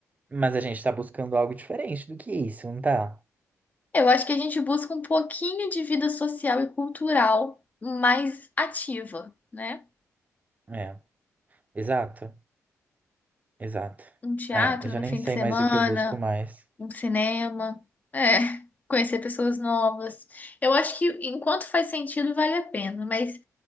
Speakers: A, on the right (about 25°); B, on the left (about 30°).
A: Mas a gente tá buscando algo diferente do que isso, não tá?
B: Eu acho que a gente busca um pouquinho de vida social e cultural mais ativa, né?
A: É, exato, exato.
B: Um teatro
A: É, eu já
B: no
A: nem
B: fim
A: sei
B: de semana,
A: mais o que eu busco mais.
B: um cinema, é, <laughs> conhecer pessoas novas. Eu acho que enquanto faz sentido, vale a pena, mas